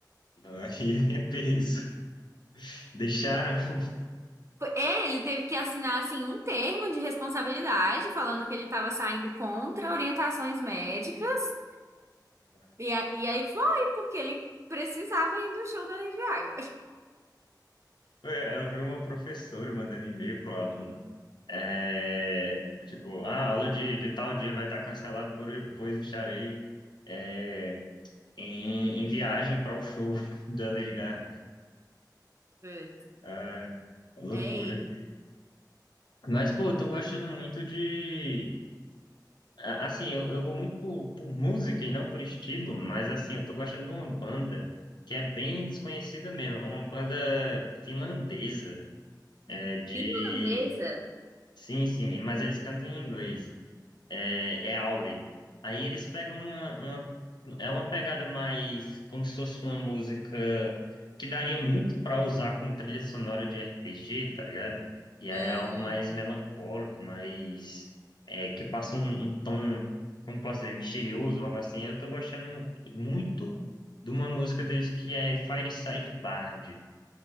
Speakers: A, on the left; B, on the right.
A: Não, Aí <laughs> é peso. Deixaram.
B: É, ele teve que assinar assim um termo de responsabilidade falando que ele estava saindo contra orientações médicas.
A: <laughs>
B: E, a- e aí foi porque ele precisava ir no show da Lady Gaga.
A: Ué, Eu vi uma professora mandando e-mail pro aluno. É, tipo, ah, a aula de, de tal dia vai estar cancelada, por, pois estarei é, em, em viagem para o show <laughs> da Lady Gaga.
B: Putz,
A: Ah, loucura.
B: É isso.
A: Mas, pô, eu tô gostando muito de a- Assim, eu, eu vou muito por, por música e não por estilo, mas assim, eu tô gostando de uma banda que é bem desconhecida mesmo. É uma banda finlandesa, é de...
B: Finlandesa.
A: Sim, sim, mas eles cantam em inglês é, é Aure. Aí eles pegam uma, uma- É uma pegada mais como se fosse uma música que daria muito para usar como trilha sonora de RPG, tá ligado? E é
B: Hum,
A: algo mais melancólico, mais. é, que passa um, um tom, como posso dizer, misterioso, algo assim. Eu tô gostando muito de uma música deles que é Fireside Bard.